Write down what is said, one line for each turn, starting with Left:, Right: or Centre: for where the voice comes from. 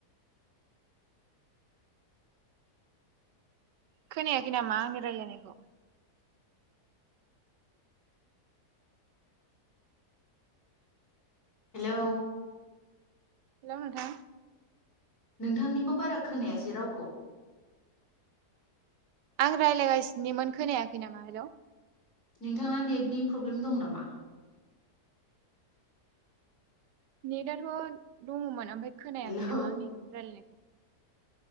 Right: खोनायाखै नामा आंनि रायलायनायखौ?
Left: हेलौ
Right: हेल' नोंथां
Left: नोंथांनिखौ बारा खोनायासै रावखौ।
Right: आं रायलायगासिनोमोन खोनायाखै नामा हेलौ।
Left: नोंथाङा नेटनि प्रब्लेम दं नामा?
Right: नेटआथ' दङमोन। ओमफ्राय खोनायाखै
Left: हेलौ
Right: नामा आंनि रायलायनायखौ।